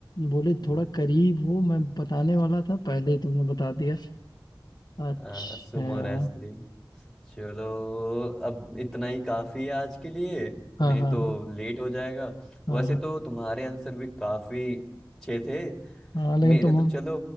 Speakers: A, on the left; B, in the centre.
A: बोले थोड़ा
B: <laughs>
A: करीब हो मैं बताने वाला था पहले ही तुमने बता दिया अच्छा
B: आ, Sumo wrestling चलो अब इतना ही काफी है आज के लिए
A: हाँ
B: नहीं
A: हाँ
B: तो
A: हाँ
B: लेट हो जाएगा
A: हाँ
B: वैसे तो तुम्हारे आंसर भी काफी अच्छे थे
A: हाँ हाँ लेकिन
B: मेरे
A: तुम
B: तो चलो